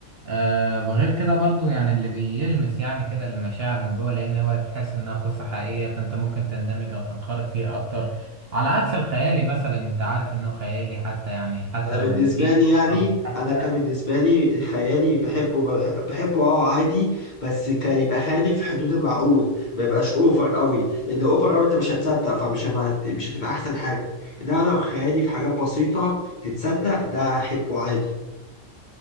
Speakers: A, on the right; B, on the left.
A: آه وغير كده برضو يعني اللي بيلمس يعني كده المشاعر من جوه لان هو تحس انها قصة حقيقية فانت ممكن تندمج او تنخرط فيها اكتر على عكس الخيالي مثلا انت عارف انه خيالي حتى يعني حتى
B: انا بالنسبه
A: لو في
B: لي
A: قصة
B: يعني
A: او في حتى
B: انا كان بالنسبه لي خيالي بحبه بح- بحبه اه عادي بس كان يبقى خيالي في حدود المعقول ما يبقاش اوفر قوي لان اوفر قوي انت مش هتصدق فمش هبقى مش هتبقى احسن حاجه انما لو خيالي في حاجات بسيطه تتصدق ده احبه عادي